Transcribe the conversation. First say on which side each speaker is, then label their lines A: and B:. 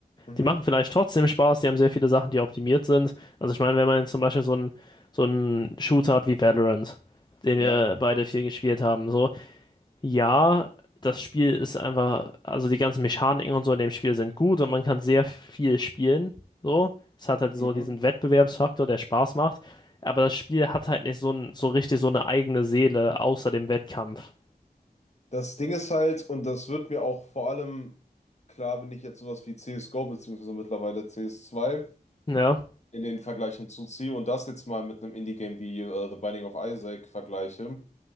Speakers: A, on the left; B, on the left.
A: Mhm.
B: Die machen vielleicht trotzdem Spaß, die haben sehr viele Sachen, die optimiert sind. Also ich meine, wenn man zum Beispiel so einen so einen Shooter hat wie Valorant, den
A: Ja.
B: wir beide viel gespielt haben, so. Ja, das Spiel ist einfach, also die ganzen Mechaniken und so in dem Spiel sind gut und man kann sehr viel spielen. So, es hat halt
A: Mhm.
B: so diesen Wettbewerbsfaktor, der Spaß macht. Aber das Spiel hat halt nicht so, n- so richtig so eine eigene Seele außer dem Wettkampf.
A: Das Ding ist halt, und das wird mir auch vor allem klar, wenn ich jetzt sowas wie CSGO beziehungsweise mittlerweile CS2
B: Ja,
A: in den Vergleichen zuziehe und das jetzt mal mit einem Indie-Game wie äh, The Binding of Isaac vergleiche,